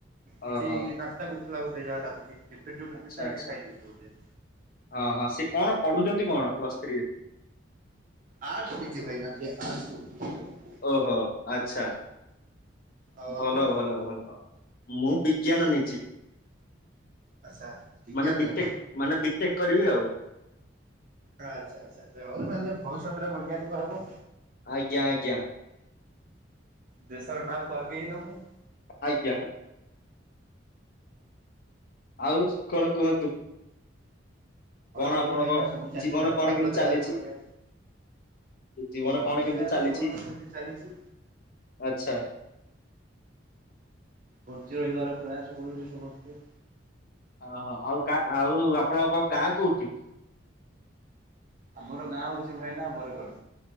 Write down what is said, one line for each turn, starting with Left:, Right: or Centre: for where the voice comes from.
Right: କିଛି
Left: ଓହୋ
Right: ନାସ୍ତା କରୁଥିଲା ବୋଧେ ଯାହା ଲାଗୁଛି। ଏଫେକ୍ସଟି
Left: ଆଚ୍ଛା
Right: ନେଇଥିଲା
Left: ଆଚ୍ଛା
Right: ଏଇନିକା ଖାଇ ଦୋଉଛି ବୋଧେ।
Left: ହଁ ହଁ ସେ କଣ? ପଢୁଛନ୍ତି କଣ ପ୍ଲସ୍ ଥ୍ରୀ।
Right: ଆର୍ଟସ ନିଜେ ଭାଇନା ସେ ଆର୍ଟସ କରୁଚି।
Left: ଓହୋ ଆଚ୍ଛା
Right: ଆଉ
Left: ଭଲ
Right: ଆପଣ
Left: ଭଲ ଭଲ। ମୁଁ ବିଜ୍ଞାନ ନେଇଛି
Right: ଆଚ୍ଛା ବିଜ୍ଞାନ।
Left: ମାନେ ବିଟେକ୍। ମାନେ ବିଟେକ୍ କରିବି ଆଉ।
Right: ଆଚ୍ଛା, ଆଚ୍ଛା, ଆଛା ହଉ ତାହେଲେ ଭବିଷ୍ୟତରେ ବୈଜ୍ଞାନିକ ହବ।
Left: ଆଜ୍ଞା ଆଜ୍ଞା।
Right: ଦେଶର ନାଁକୁୁ ଆଗେଇ ନେବ।
Left: ଆଜ୍ଞା। ଆଉ କଣ କୁହନ୍ତୁ। କଣ
Right: କହିବୁ
Left: ଆପଣଙ୍କ
Right: ଭାଇନା ସବୁ ଚାଲିଛି
Left: ଜୀବନ
Right: ଭଗବାନଙ୍କ
Left: କଣ କେମିତି
Right: ଦୟାରୁ
Left: ଚାଲିଛି?
Right: ବଢିଆ।
Left: ଜୀବନ
Right: ଭଗବାନଙ୍କ
Left: କଣ କେମିତି
Right: ଦୟାରୁ
Left: ଚାଲିଛି
Right: ଜୀବନ ସେମିତି ଚାଲିଛି।
Left: ଆଛା।
Right: ବଞ୍ଚି ରହିବାର ପ୍ରୟାସ କରୁଛେ ସମସ୍ତେ।
Left: ଓହୋ ଆଉ ଗା ଆଉ ଆପଣଙ୍କ ଗାଁ କୋଉଠି।
Right: ଆମର ଗାଁ ହଉଛି ଭାଇନା ବରଗଡ଼।